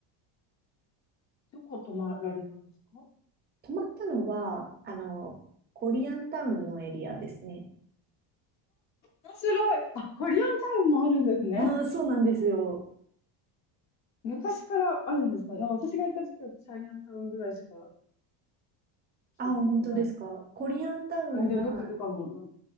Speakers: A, on the left (about 35°); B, on the right (about 20°).
A: どこ泊まられたんですか
B: 泊まったのは、あの、コリアンタウンのエリアですね。
A: 面白い。あ、コリアンタウンもあるんですね。
B: ああ、そうなんですよ。
A: 昔からあるんですかなんか私が行った時はチャイナタウンぐらいしか、なんか記憶にない。
B: あ、本当ですか。コリアンタウンが
A: ガイドブックとかもなん